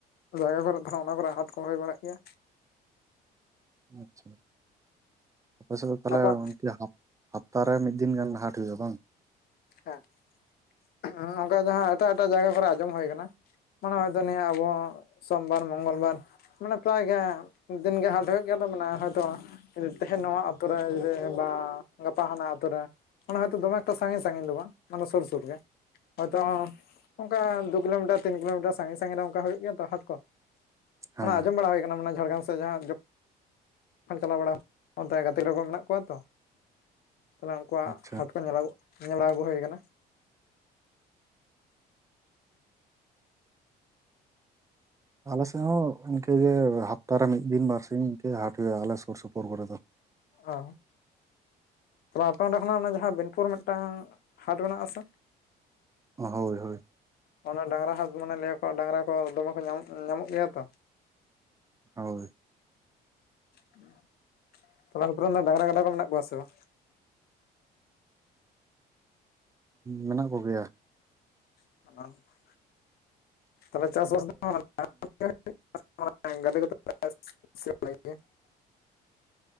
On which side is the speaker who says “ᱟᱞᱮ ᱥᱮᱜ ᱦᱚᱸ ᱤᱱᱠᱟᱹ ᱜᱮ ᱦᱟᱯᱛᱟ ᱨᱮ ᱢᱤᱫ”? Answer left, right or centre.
Right